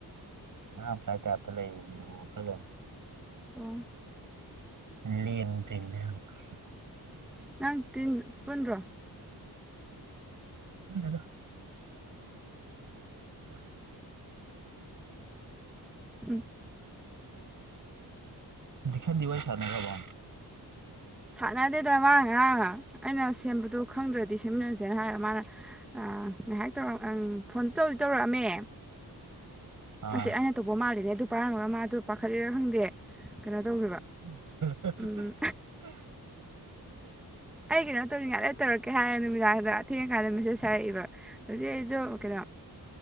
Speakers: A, on the right (about 55°); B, in the centre.
A: ꯑꯉꯥꯡꯃꯆꯥꯏ ꯇꯥꯏꯞꯇ ꯂꯩꯔꯤꯃꯦꯕ ꯋꯥꯈꯜꯂꯣꯟ
B: ꯀ <inaudible>
A: ꯂꯦꯝꯗꯔ꯭ꯤꯝꯅꯦ ꯍꯥꯏꯕ
B: ꯅꯪ ꯇꯤꯟ ꯄꯨꯟꯗꯔꯣ
A: ꯄꯨꯟꯗꯦꯗꯥ ꯍ <inaudible>
B: ꯎꯝ
A: ꯗꯤꯛꯁꯟꯗꯤ ꯋꯥꯔꯤ ꯁꯥꯟꯅꯥꯒꯔꯥꯕꯣ
B: ꯁꯥꯟꯅꯗꯦꯗ ꯃꯥ ꯉꯔꯥꯡ ꯑꯩꯅ ꯁꯦꯝꯕꯗꯣ ꯈꯪꯗ꯭ꯔꯗꯤ ꯁꯦꯝꯃꯤꯟꯅꯁꯦꯅ ꯍꯥꯏꯔꯒ ꯃꯥꯅ ꯉꯥꯏꯍꯥꯛ ꯇꯧꯔ ꯐꯣꯟ ꯇꯧꯗꯤ ꯇꯧꯔꯛꯑꯝꯃꯦ
A: ꯑꯥ
B: ꯃꯦ ꯑꯩꯅ ꯇꯧꯕ ꯃꯥꯂꯤꯗ ꯑꯗꯨ ꯄꯥꯏꯔꯝꯃꯒ ꯃꯥꯗꯣ ꯄꯥꯈꯠꯂꯤꯔꯥ ꯈꯪꯗꯦ ꯀꯩꯅꯣ
A: ꯑꯥꯑꯍꯥ
B: ꯇꯧꯈ꯭ꯔꯤꯕ ꯎꯝ ꯑꯩ ꯀꯩꯅꯣ ꯇꯧꯅꯤꯡꯉꯥꯏ ꯂ ꯇꯧꯔꯛꯀꯦ ꯍꯥꯏꯔ ꯅꯨꯃꯤꯗꯥꯡꯗ ꯊꯦꯡꯉꯀꯥꯟꯗ ꯃꯦꯁꯦꯁ ꯍꯥꯏꯔꯛꯏꯕ ꯍꯧꯖꯤꯛ ꯑꯩꯗꯣ ꯀꯩꯅꯣ